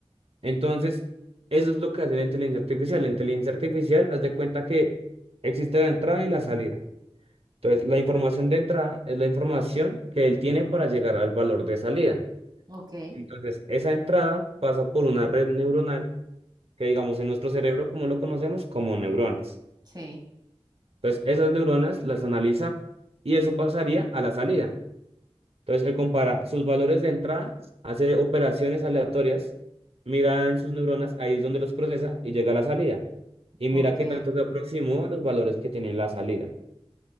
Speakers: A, on the right (about 65°); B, on the right (about 40°).
A: Entonces, eso es lo que hace la inteligencia artificial. La inteligencia artificial, haz de cuenta que existe la entrada y la salida. Entonces, la información de entrada es la información que él tiene para llegar al valor de salida.
B: ok,
A: Entonces, esa entrada pasa por una red neuronal que, digamos, en nuestro cerebro, como lo conocemos, como neuronas.
B: sí.
A: Entonces, esas neuronas las analiza y eso pasaría a la salida. Entonces, él compara sus valores de entrada, hace operaciones aleatorias, mira en sus neuronas, ahí es donde los procesa y llega a la salida. Y
B: Ok.
A: mira qué tanto se aproximó a los valores que tiene en la salida.